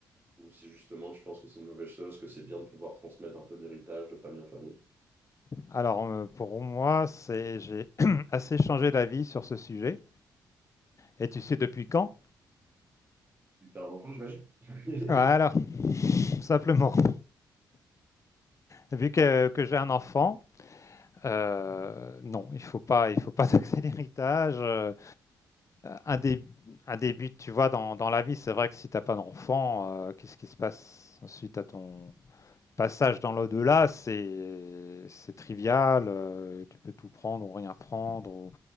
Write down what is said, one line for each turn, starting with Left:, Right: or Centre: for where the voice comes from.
Right: ou si justement tu penses que c'est une mauvaise chose, que c'est bien de pouvoir transmettre un peu de l'héritage de famille en famille.
Left: Alors, euh, pour moi, c'est j'ai <clears throat> assez changé d'avis sur ce sujet. Et tu sais depuis quand?
Right: T'as un enfant, j'imagine? <laughs>
Left: Voilà, tout simplement. <laughs> Vu que, que j'ai un enfant, euh, non, il faut pas, il faut pas <laughs> taxer l'héritage. Euh, un dé- un début, tu vois, dans, dans la vie, c'est vrai que si t'as pas d'enfant, euh, qu'est-ce qui se passe ensuite à ton passage dans l'au-delà? C'est, c'est trivial. euh, tu peux tout prendre ou rien prendre. Ou,